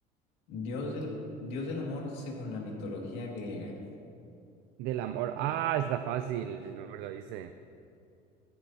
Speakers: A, on the left; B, on the right.
A: Dios del, Dios del amor según la mitología griega.
B: Del amor. Ah, está fácil, el nombre lo dice.